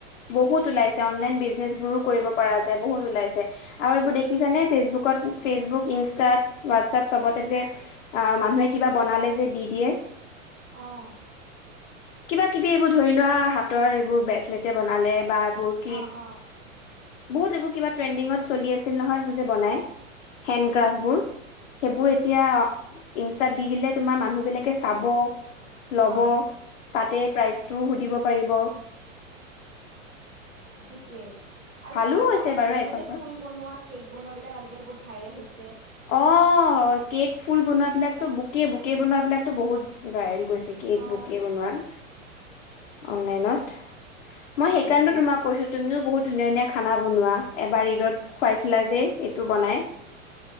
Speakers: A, on the left; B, on the right.
A: বহুত ওলাইছে অনলাইন বিজনেচবোৰো কৰিব পৰা যায় বহুত ওলাইছে, আৰু এইবোৰ দেখিছানে? ফেচবুকত, ফেচবুক, ইনষ্টাত, হোৱাটছএপ চবতে যে, আ, মানুহে কিবা বনালে যে, দি দিয়ে।
B: অ'।
A: কিবা কিবি ধৰি লোৱা হাতৰ এইবোৰ ব্ৰেচলেট তে বনালে বা এইবোৰ ক্লিপ
B: অ', অ'।
A: বহুত এইবোৰ কিবা ট্ৰেন্ডিংত চলি আছিল নহয়, এইবোৰ যে, বনাই
B: তাকে
A: হেণ্ডক্ৰাফ্টবোৰ। সেইবোৰ এতিয়া ইষ্টাত দি দিলে তোমাৰ মানুহ বিলাকে চাব ল'ব
B: অ
A: তাতে প্ৰাইজ টো, সুধিব পাৰিব।
B: সেইটোৱে আৰু
A: ভালো
B: তোমাৰ
A: হৈছে
B: যে অনলাইন
A: বাৰু
B: বিনে
A: এখন পৰা।
B: ফুল বনোৱা কেক বনোৱা বিলাক আজিকালি বহুত ভাইৰেল হৈছে। ছে
A: অ' কেক ফুল বনোৱা এই বিলাকতো বুকে বুকে বনোৱা বিলাকতো বহুত ভাইৰেল গৈছে। একে
B: অ
A: বুক কৰিব নোৱাৰোঁ, অনলাইনত। মই সেইকাৰণেটো
B: তাকে
A: তোমাক কৈছো তুমিও বহুত ধুনীয়া ধুনীয়া খানা বনোৱা। এবাৰ ঈদত খোৱাইছিলা যে এইটো বনাই।